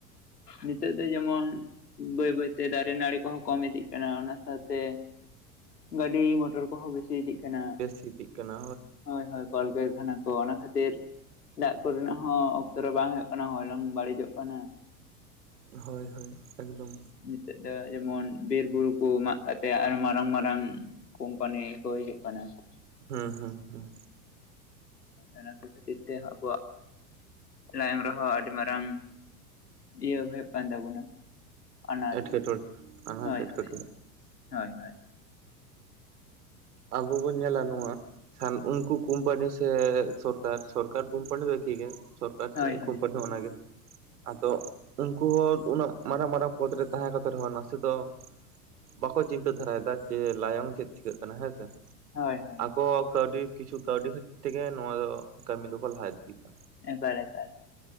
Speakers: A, on the left; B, on the right.
A: ᱱᱤᱛᱚᱜ ᱫᱚ ᱡᱮᱢᱚᱱ ᱵᱟᱹᱭ ᱵᱟᱹᱭ ᱛᱮ ᱫᱟᱨᱮ ᱱᱟᱹᱲᱤ ᱠᱚᱦᱚᱸ ᱠᱚᱢ ᱤᱫᱤᱜ ᱠᱟᱱᱟ ᱚᱱᱟ ᱥᱟᱶᱛᱮ ᱜᱟᱹᱰᱤ ᱢᱚᱴᱚᱨ ᱠᱚᱦᱚᱸ ᱵᱮᱥᱤ ᱤᱫᱤᱜ ᱠᱟᱱᱟ
B: ᱵᱮᱥ ᱤᱫᱤᱜ ᱠᱟᱱᱟ
A: ᱦᱳᱭ ᱦᱳᱭ ᱠᱚᱞ ᱠᱟᱹᱨᱠᱷᱟᱱᱟ ᱠᱚ ᱚᱱᱟ ᱠᱷᱟᱹᱛᱤᱨ ᱫᱟᱜ ᱠᱚᱨᱮᱱᱟᱜ ᱦᱚᱸ ᱚᱠᱛᱚ ᱨᱮ ᱵᱟᱝ ᱦᱳᱭᱳᱜ ᱚᱱᱟ ᱦᱚᱭᱞᱚᱝ ᱵᱟᱹᱲᱤᱡᱚᱜ ᱠᱟᱱᱟ᱾
B: ᱦᱳᱭ ᱦᱳᱭ ᱮᱠᱫᱚᱢ
A: ᱱᱤᱛᱚᱜ ᱫᱚ ᱡᱮᱢᱚᱱ ᱵᱤᱨ-ᱵᱩᱨᱩ ᱠᱩ ᱢᱟᱜ ᱠᱟᱛᱮᱜ ᱟᱨ ᱢᱟᱨᱟᱝ ᱢᱟᱨᱟᱝ ᱠᱳᱢᱯᱟᱱᱤ ᱠᱚ ᱦᱤᱡᱩᱜ ᱠᱟᱱᱟ ᱠᱩ
B: ᱦᱩᱸ ᱦᱩᱸ ᱦᱩᱸ
A: ᱚᱱᱟ ᱠᱚ ᱠᱷᱟᱹᱛᱤᱨ ᱛᱮᱦᱚᱸ ᱟᱵᱚᱣᱟᱜ ᱞᱟᱭᱚᱝ ᱨᱮᱦᱚᱸ ᱟᱹᱰᱤ ᱢᱟᱨᱟᱝ ᱤᱭᱟᱹ ᱦᱳᱭᱳᱜ ᱠᱟᱱ ᱛᱟᱵᱚᱱᱟ᱾ ᱟᱱᱟᱴ
B: ᱮᱴᱠᱮᱴᱚᱲᱮ ᱟᱸᱱᱟᱴ
A: ᱦᱳᱭ
B: ᱮᱴᱠᱮᱴᱚᱲᱮ
A: ᱦᱳᱭ ᱦᱳᱭ ᱦᱳᱭ
B: ᱟᱵᱩ ᱵᱩᱱ ᱧᱮᱞᱟ ᱱᱚᱣᱟ ᱠᱷᱟᱱ ᱩᱝᱠᱩ ᱠᱩᱢᱯᱟᱹᱱᱤ ᱥᱮ ᱥᱚᱨᱠᱟᱨ ᱥᱚᱨᱠᱟᱨ ᱠᱩᱢᱯᱟᱹᱱᱤ ᱫᱚ ᱮᱠᱤ ᱜᱮᱭᱟ ᱥᱚᱨ ᱟᱨ
A: ᱦᱳᱭ
B: ᱪᱮᱜ
A: ᱦᱳᱭ
B: ᱠᱩᱢᱯᱟᱹᱱᱤ ᱚᱱᱟᱜᱮ ᱟᱫᱚ ᱩᱝᱠᱩ ᱦᱚᱸ ᱩᱱᱟᱹᱜ ᱢᱟᱨᱟᱝ ᱢᱟᱨᱟᱝ ᱯᱚᱫᱽ ᱨᱮ ᱛᱟᱦᱮᱸ ᱠᱟᱛᱮ ᱨᱮᱦᱚᱸ ᱱᱟᱥᱮ ᱫᱚ ᱵᱟᱠᱚ ᱪᱤᱱᱛᱟᱹ ᱫᱷᱟᱨᱟᱭᱮᱫᱟ ᱡᱮ ᱞᱟᱭᱚᱝ ᱪᱮᱫ ᱪᱤᱠᱟᱹᱜ ᱠᱟᱱᱟ ᱦᱮᱸᱥᱮ
A: ᱦᱳᱭ ᱦᱳᱭ ᱦᱳᱭ
B: ᱟᱠᱚᱣᱟᱜ ᱠᱟᱹᱣᱰᱤ ᱠᱤᱪᱷᱩ ᱠᱟᱹᱣᱰᱤ ᱠᱷᱟᱹᱛᱤᱨ ᱛᱮᱜᱮ ᱱᱚᱣᱟ ᱫᱚ ᱠᱟᱹᱢᱤ ᱫᱚᱠᱚ ᱞᱟᱦᱟ ᱤᱫᱤᱭ ᱫᱟ᱾
A: ᱮᱠᱟᱞ ᱮᱠᱟᱞ